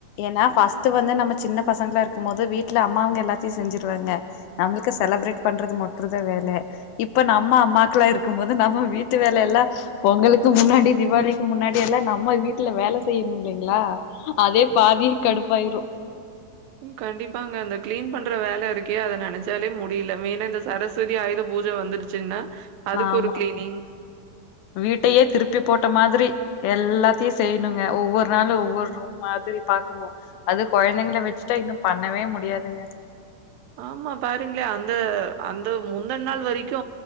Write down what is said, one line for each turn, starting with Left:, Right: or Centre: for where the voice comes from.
Left: ஏனா ஃபஸ்ட்டு வந்து நம்ம சின்ன பசங்கள இருக்கும்போது வீட் ல அம்மா அவங்க எல்லாத்தியு செஞ்சிருவாங்க நம்ளுக்கு செலப்ரேட் பண்றது மட்டு தா வேல இப்ப நம்ம அம்மாக்களா இருக்கும்போது நம்ம வீட்டு வேல எல்லா பொங்கலுக்கு முன்னாடி தீபாவளிக்கு முன்னாடி எல்லா நம்ம வீட்ல வேல செய்யணு இல்லீங்களா அதே பாதி கடுப்பாயிரு
Right: ம் கண்டிப்பாங்க அந்த கிளீன் பண்ற வேல இருக் கே அத நெனச்சாலே முடில மெயினா இந்த சரஸ்வதி ஆயுத பூஜ வந்துருச்சுன்னா அதுக்கு
Left: நாமா
Right: ஒரு ம். கிளீனிங்.
Left: வீட்டயே திருப் பி போட்ட மாதிரி எல்லாத்தியு செய்ணுங்க ஒவ்வொர் நாளு ஒவ்வொர் ரூம் மாதிரி பாக்கணு அது கொழ்ந்தைங்கள வச்சுட்டா இன்னு பண்ணவே முடியாதுங்க
Right: ஆமா பாருங்களே அந்த அந்த முந்தன் நாள் வரிக்கு